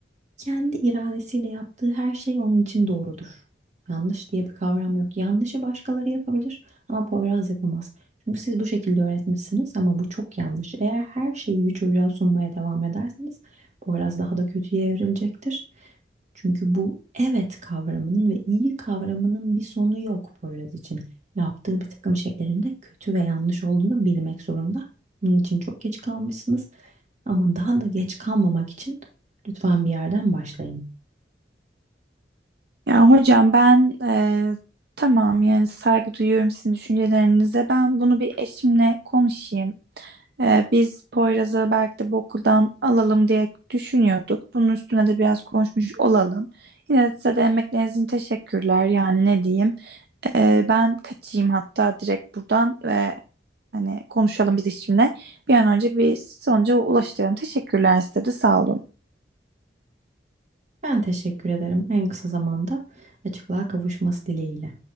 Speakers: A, on the right (about 40°); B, on the right (about 60°).
A: kendi iradesiyle yaptığı her şey onun için doğrudur. Yanlış diye bir kavram yok. Yanlışı başkaları yapabilir ama Poyraz yapamaz. Çünkü siz bu şekilde öğretmişsiniz ama bu çok yanlış. Eğer her şeyi bir çocuğa sunmaya devam ederseniz Poyraz daha da kötüye evrilecektir. Çünkü bu evet kavramının ve iyi kavramının bir sonu yok Poyraz için. Yaptığı bir takım şeylerin de kötü ve yanlış olduğunu bilmek zorunda. Bunun için çok geç kalmışsınız. Ama daha da geç kalmamak için lütfen bir yerden başlayın.
B: Yani hocam ben e, tamam yani saygı duyuyorum sizin düşüncelerinize. Ben bunu bir eşimle konuşayım. Ee, biz Poyraz'ı belki de bu okuldan alalım diye düşünüyorduk. Bunun üstüne de biraz konuşmuş olalım. Yine de size de emekleriniz için teşekkürler. Yani ne diyeyim. Ee, ben kaçayım hatta direkt buradan ve hani konuşalım biz işimle. Bir an önce bir sonuca ulaştıralım. Teşekkürler size de sağ olun.
A: Ben teşekkür ederim. En kısa zamanda açıklığa kavuşması dileğiyle.